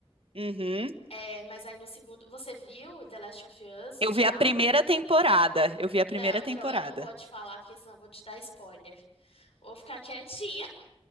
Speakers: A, on the right; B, on the left.
A: Uhum.
B: É, mas aí no segundo. Você viu The Last of Us
A: Eu vi
B: já?
A: a primeira temporada. Eu vi a
B: Não,
A: primeira
B: então
A: temporada.
B: eu não vou te falar, porque senão eu vou te dar spoiler. Vou ficar quietinha.